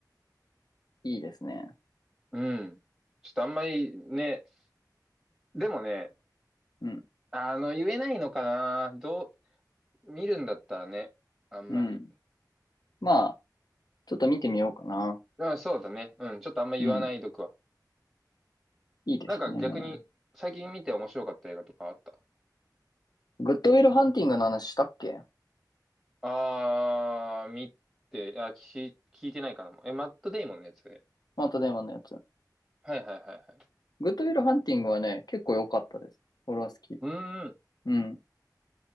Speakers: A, on the left; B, in the centre.
A: ー、いいですね。
B: うん。ちょっとあんまりね、でもね、
A: うん、
B: あの、言えないのかな。どう、見るんだったらね、あんまり。
A: うん。まあ、ちょっと見てみようかな。
B: うん、そうだね。うん、ちょっとあんま言わないどくわ。
A: うん、いいですね。
B: なんか逆に、最近見て面白かった映画とかあった
A: グッドウィルハンティングの話したっけ
B: あー、見て、あ、聞、聞いてないかな。え、マット・デイモンのやつね
A: また電話のやつ。
B: はいはいはいはい。
A: グッドウィルハンティングはね、結構良かったです。俺は好き。
B: うーん、
A: うん。